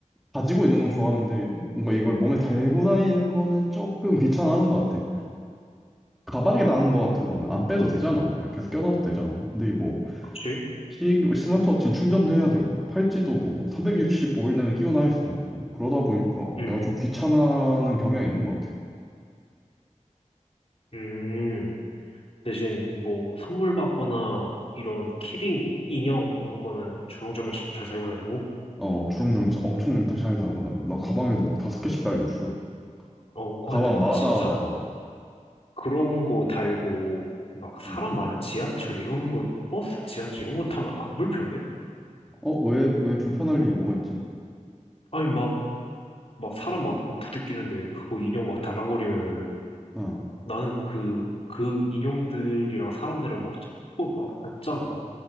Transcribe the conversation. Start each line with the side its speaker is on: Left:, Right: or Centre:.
Centre: 가지고 있는 건 좋아하는데 뭔가 이걸 몸에 달고 다니는 거는 조금 귀찮아하는 것 같아. 가방에다 하는 거 같은 거는 안 빼도 되잖아. 그냥 계속 껴놔도 되잖아. 근데 뭐,
Left: 그치?
Centre: 시, 스마트워치는 충전도 해야 되고, 팔찌도 뭐, 365일 내내 끼고 다닐 수도 없고, 그러다 보니까
Left: 응,
Centre: 내가 좀 귀찮아하는 경향이 있는 것 같아.
Left: 음. 대신 뭐 선물 받거나 이런 키링, 인형 이런 거는 주렁주렁 잘 살고 다니고
Centre: 어, 주렁주렁 진짜 엄청 다 잘 달고, 나, 나 가방에도 막 다섯 개씩 달려있어.
Left: 어 아,
Centre: 가방마다,
Left: 근데 막 지,
Centre: 어,
Left: 사, 그런 거 달고 막 사람
Centre: 음.
Left: 많은 지하철 이런 거 버스 지하철 이런 거 타면 안 불편해?
Centre: 어, 왜, 왜 불편할 일이 뭐가 있지?
Left: 아니 막 막 사람 많고 부대끼는데 그거 인형 막 달랑거리면은
Centre: 어,
Left: 나는 그 그 인형들이랑 사람들이랑 막 자꾸 막 닿잖아.